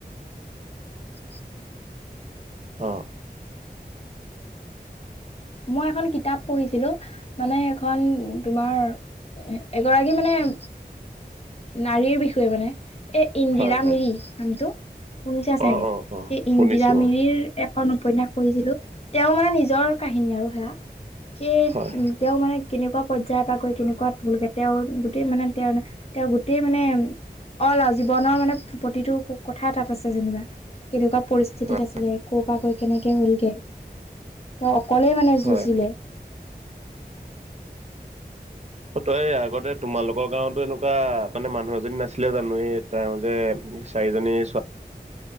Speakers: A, on the left (about 35°); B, on the right (about 40°).
A: <inaudible>
B: অ।
A: মই এখন কিতাপ পঢ়িছিলো মানে এখন তোমাৰ এগৰাকী মানে এ নাৰীৰ বিষয়ে মানে, এই ইন্দিৰা
B: হয় হয়
A: মিৰি নামটো। সুনিছা চাগে,
B: অ অ অ
A: এই ইন্দিৰা
B: শুনিছো
A: মিৰিৰ
B: অ
A: এখন উপন্যয়াস পঢ়িছিলো, তেওঁ মানে নিজৰ কাহিনী আৰু সেয়া সেই উ
B: হয় হয়
A: তেওঁ মানে কেনেকুৱা পৰ্যায়ৰ পৰাকৈ কেনেকুৱা হ'লগে, তেওঁৰ গোটেই মানে, তেওঁৰ, তেওঁৰ গোটেই মানে অ লও জীৱনৰ মানে প্ৰতিটো কথাই তাত আছে যেনিবা, কেনেকুৱা পৰিস্থিতিত
B: হয়
A: আছিলে ক পাগল কেনেকে হ'লগে। তেওঁ অকলেই মানে
B: হয়।
A: যুঁজিলে <inaudible>
B: তই আগতে তোমালোকৰ গাঁওতো এনেকুৱা মানে মানুহ এজনী নাছিলে জানো, এই তেওঁ যে চাৰিজনী ছোৱা।